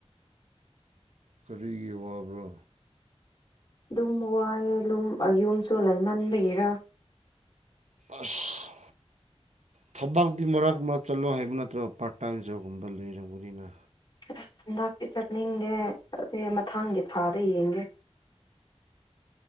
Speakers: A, on the right; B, on the left.
A: ꯀꯔꯤꯒꯤ ꯋꯥꯕ꯭ꯔꯣ
B: ꯑꯗꯨꯝ ꯋꯥꯏꯑꯦ ꯑꯗꯨꯨꯝ ꯌꯨꯝꯝ ꯆꯣꯂ ꯃꯟꯕꯒꯤꯔꯥ
A: ꯑꯁ ꯊꯕꯛꯇꯤ ꯃꯔꯛ ꯃꯔꯛ ꯆꯠꯂꯣ ꯍꯥꯏꯕ ꯅꯠꯇ꯭ꯔꯣ ꯄꯥꯔꯠ ꯇꯥꯏꯝ ꯖꯣꯒꯨꯝꯕ ꯂꯩꯔꯕꯅꯤꯅ
B: ꯑꯁ ꯍꯟꯗꯥꯛꯇꯤ ꯆꯠꯅꯤꯡꯗꯦ ꯑꯗꯨꯒꯤ ꯃꯊꯪꯒꯤ ꯊꯥꯗꯩ ꯌꯦꯡꯒꯦ